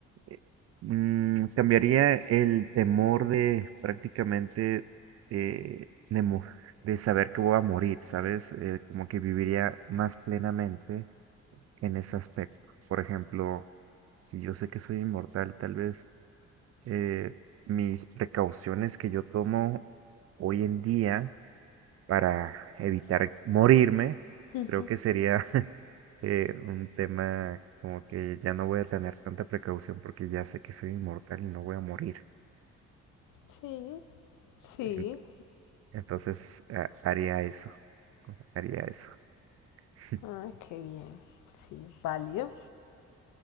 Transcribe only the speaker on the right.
eh, Mm, cambiaría el temor de prácticamente eh, de, mo- de saber que voy a morir, ¿sabes? Eh, como que viviría más plenamente en ese aspecto. Por ejemplo, si yo sé que soy inmortal, tal vez eh, mis precauciones que yo tomo hoy en día para evitar morirme,
creo que sería <laughs> eh, un tema como que ya no voy a tener tanta precaución porque ya sé que soy inmortal y no voy a morir.
En- Entonces, ah, haría eso. Haría eso. <laughs>